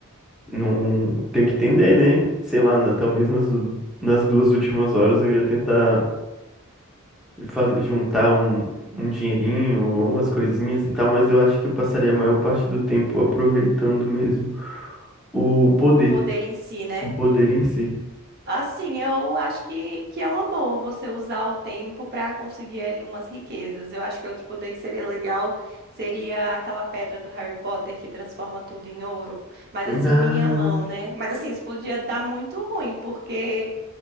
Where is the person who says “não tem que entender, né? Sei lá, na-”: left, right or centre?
Centre